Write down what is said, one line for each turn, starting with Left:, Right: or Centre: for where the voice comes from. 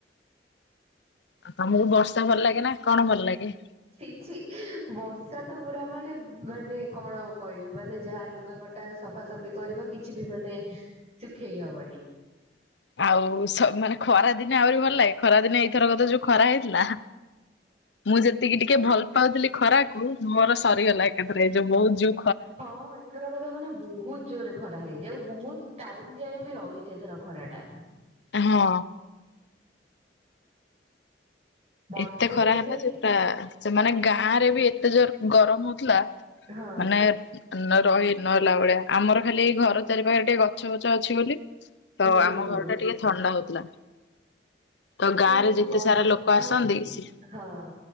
Left: ଆଉ ତମକୁ ବର୍ଷା ଭଲ ଲାଗେ ନା କଣ ଭଲ ଲାଗେ?
Right: ଛିଛି ବର୍ଷା ତ ପୁରା ମାନେ ମାନେ କଣ ଆଉ କହିବି ମାନେ ଯାହା ଲୁଗାପଟା ଟା ସଫାସଫି କରିବ କିଛି ବି ମାନେ ଶୁଖେଇ ହବନି।
Left: ଆଉ ସ ମାନେ ଖରା ଦିନେ ଆହୁରି ଭଲ ଲାଗେ ଖରା ଦିନେ ଏଇଥର କତ ଯୋଉ ଖରା ହେଇଥିଲା ମୁଁ ଯେ ଟିକି ଟିକେ ଭଲ ପାଉଥିଲି ଖରାକୁ ମୋର ସରୀଗଲା ଏକାଥରେ ଏ ଯୋଉ ବହୁତୁ
Right: ହଁ। ଏଥର କଥା ମାନେ ବହୁତ ଜୋରେ ଖରା ହେଇଛି ଆଉ ବହୁତ ଟାଇମ୍ ଯାଏଁ ବି ରହିଛି ଏଥର ଖରା ଟା।
Left: ହଁ।
Right: ବର୍ଷା
Left: ଏତେ
Right: ଦିନରେ
Left: ଖରା ହେଲା
Right: ବି
Left: ଯେ ପୁରା ସେମାନେ ଗାଁ ରେ ବି ଏତେ ଜୋରେ ଗରମ ହଉଥିଲା।
Right: ହଁ
Left: ମାନେ ନ ରହି ନହେଲା ଭଳିଆ ଆମର ଖାଲି ଏଇ ଘର ଚାରି ପାଖରେ ଟିକେ ଗଛ ବଛ ଅଛି ବୋଲି।
Right: ହୁଁ
Left: ତ ଆମ
Right: ହୁଁ
Left: ଘର ଟା ଟିକେ ଥଣ୍ଡା ହୋଉଥିଲା ତ
Right: ସେଇ
Left: ଗାଁ ରେ
Right: ଗଛ
Left: ଯେତେ ସାରା ଲୋ କ ଆସନ୍ତି ସିଏ
Right: ହଁ